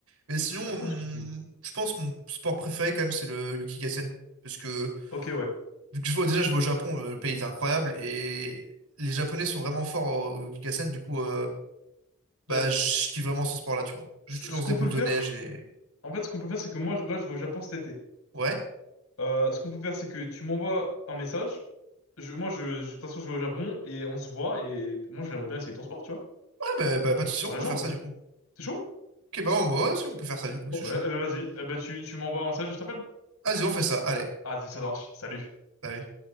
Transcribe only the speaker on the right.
Mais sinon,
hum,
je pense que mon sport préféré quand même, c'est le Yukigassen. Parce que
vu que je vois, déjà, je vais au Japon, euh, le pays est incroyable et les Japonais sont vraiment forts au, au Yukigassen. Du coup, euh, bah,
je kiffe vraiment ce sport-là, tu vois. Juste,
tu
lances
des boules
de neige et
ouais,
ouais, bah, bah, pas de souci, on
pourra
faire ça du coup.
Ok, bah, on, bah, ouais, si on peut faire ça du coup,
je suis
chaud.
Vas-y, on fait ça. Allez,
bah, allez.